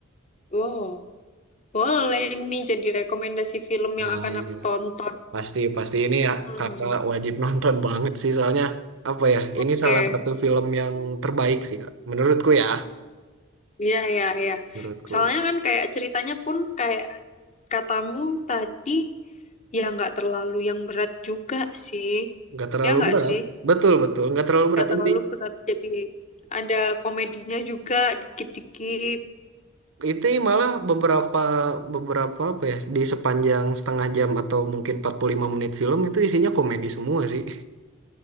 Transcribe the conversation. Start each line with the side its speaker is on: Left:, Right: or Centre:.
Left: Wow, boleh nih jadi rekomendasi film yang
Right: Nah,
Left: akan
Right: iya.
Left: aku tonton.
Right: Pasti, pasti ini ya,
Left: Hmm,
Right: kakak wajib <laughs> nonton banget sih soalnya apa ya?
Left: oke.
Right: Ini salah satu film yang terbaik sih kak, menurutku ya.
Left: Iya, iya, iya.
Right: Menurutku
Left: Soalnya kan kayak ceritanya pun kayak katamu tadi, ya nggak terlalu yang berat juga sih.
Right: nggak terlalu
Left: Ya nggak
Right: berat,
Left: sih?
Right: betul betul nggak terlalu berat.
Left: Nggak terlalu
Right: Inti
Left: berat, jadi ada komedinya juga dikit-dikit.
Right: itu malah beberapa beberapa apa ya di sepanjang setengah jam atau mungkin 45 menit film itu isinya komedi semua sih,